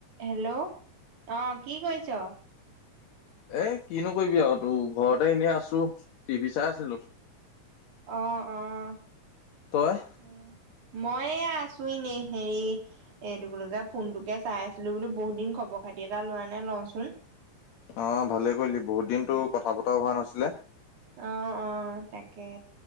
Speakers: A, on the right; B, on the left.
A: Hello অ' কি কৰিছ?
B: এ, কিনো কৰিবি আৰু তোৰ ঘৰতে এনেই আছোঁ, টিভি চাই আছিলোঁ।
A: অ', অ'।
B: তই?
A: উ, মই এয়া আছোঁ এনেই হেৰি এইটো বুলোকে ফোনটোকে চাই আছিলো, বুলো বহুত দিন খবৰ খাতি এটা লোৱা নাই লউচোন।
B: অ' ভালেই কৰিলি, বহুত দিন তোৰ কথা বতৰাও হোৱা নাছিলে।
A: অ', অ' তাকে,